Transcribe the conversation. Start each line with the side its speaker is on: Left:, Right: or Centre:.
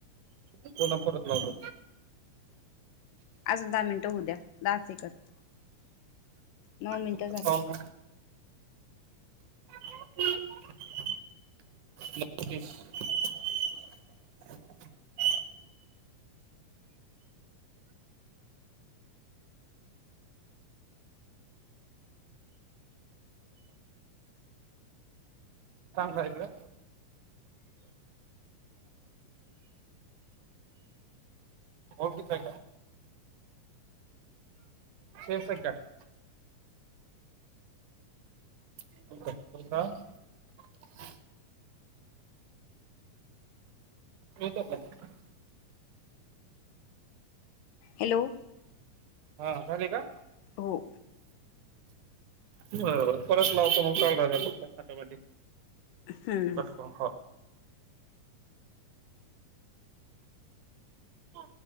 Right: पुन्हा परत लाता.
Left: आजून दा मिंटं हू द्या. दहा सेकंद - नऊ मिंटं
Right: लावतो
Left: झाली.
Right: <inaudible> चांगता इकडे ओके का से का <inaudible> बोलत <inaudible> म तर ब <inaudible>
Left: हॅलो
Right: हा झाली का
Left: हो
Right: बरोबर परत लावत मग चालू राहि फक्त टोमॅटिक
Left: हम्म
Right: कतक <unintelligible> हो ह